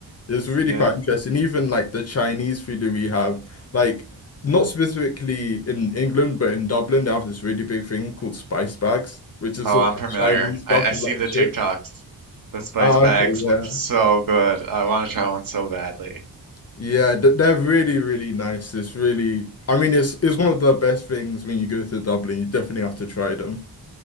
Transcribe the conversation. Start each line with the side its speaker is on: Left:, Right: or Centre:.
Left: It's really
Right: Yeah.
Left: quite interesting. Even like the Chinese food that we have, like not specifically in England, but in Dublin, they have this really big thing called spice bags, which is
Right: Oh,
Left: all
Right: I'm
Left: like
Right: familiar.
Left: Chinese stuff
Right: I, I
Left: with
Right: see
Left: like
Right: the
Left: chips.
Right: TikToks. The spice
Left: Ah,
Right: bags
Left: okay, yeah.
Right: look so good. I want to try one so badly.
Left: Yeah, th- they're really, really nice. It's really, I mean, it's it's one of the best things when you go to Dublin. You definitely have to try them.